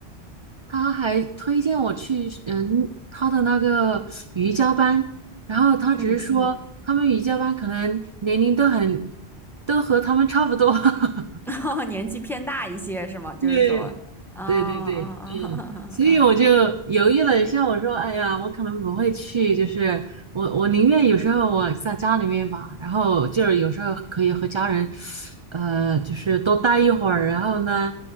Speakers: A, on the right; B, in the centre.
A: 他还推荐我去嗯他的那个瑜伽班，然后他只是说他们瑜伽班可能年龄都很
B: 嗯嗯，
A: 都和他们差不多，<laughs>
B: <laughs> 哦，年纪偏大一些是吗？就是说，
A: 对，
B: 啊啊啊啊，
A: 对对对，嗯，所以我就犹豫了一下，
B: 啊
A: 我说，哎呀，我可能不会去，就是我我宁愿有时候我在家里面吧，然后就是有时候可以和家人，呃，就是多待一会儿，然后呢，